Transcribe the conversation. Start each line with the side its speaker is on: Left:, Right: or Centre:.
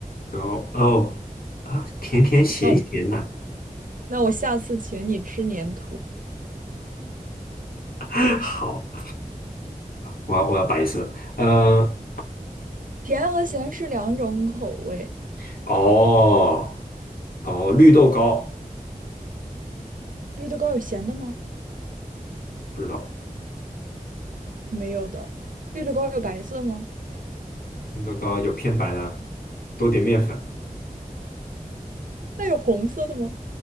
Left: 糕，哦，啊，甜甜咸咸呐、
Right: 那我那我下次请你吃粘土。
Left: <laughs> 好，我要我要白色，呃，
Right: 甜和咸是两种口味。
Left: <coughs> 哦，哦，绿豆糕，
Right: 绿豆糕有咸的吗？
Left: 不知道，
Right: 没有的。绿豆糕有白色吗？
Left: 绿豆糕有偏白的，多点面粉，
Right: 那有红色的吗？